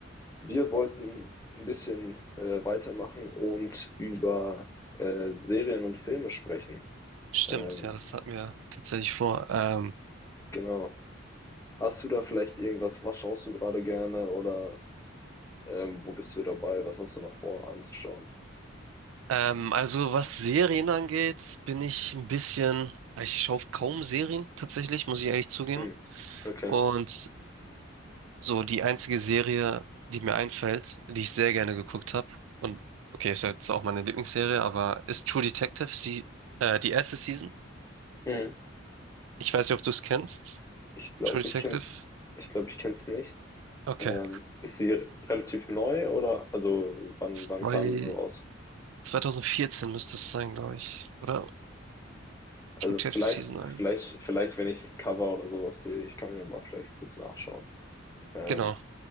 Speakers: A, on the left; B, on the right.
A: Wir wollten ein bisschen äh, weitermachen und über äh, Serien und Filme sprechen.
B: Stimmt,
A: Ähm,
B: ja, das hatten wir tatsächlich vor. Ähm,
A: genau. Hast du da vielleicht irgendwas? Was schaust du gerade gerne oder ähm, wo bist du dabei? Was hast du noch vor anzuschauen?
B: ähm, also was Serien angeht, bin ich ein bisschen, ja, ich schaue kaum Serien tatsächlich, muss ich ehrlich zugeben.
A: Hm. Okay.
B: Und so die einzige Serie, die mir einfällt, die ich sehr gerne geguckt habe, und okay, ist ja jetzt auch meine Lieblingsserie, aber ist True Detective, sie, äh, die erste Season.
A: Hm.
B: Ich weiß nicht, ob du es kennst.
A: Ich glaube,
B: True Detective.
A: ich kenn's, ich glaube, ich kenn's nicht.
B: Okay.
A: Ähm, ist sie relativ neu oder also wann
B: Zwei,
A: wann kam sie so raus?
B: 2014 müsste es sein, glaube ich. Oder?
A: Also
B: Studiert
A: vielleicht,
B: für Season eins.
A: vielleicht, vielleicht, wenn ich das Cover oder sowas sehe, ich kann mir mal vielleicht kurz nachschauen. Ähm,
B: Genau,